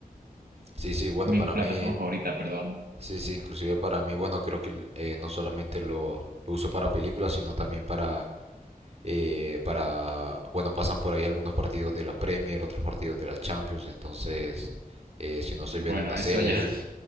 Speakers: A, on the right; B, on the right.
A: Sí, sí, bueno,
B: mi
A: para
B: plataforma
A: mí
B: favorita, perdón.
A: Sí, sí, inclusive para mí, bueno, creo que eh, no solamente lo, lo uso para películas, sino también para, eh, para, bueno, pasan por ahí algunos partidos de la Premier, otros partidos de la Champions, entonces, eh, si no estoy
B: Bueno,
A: viendo una serie
B: eso ya.
A: ahí,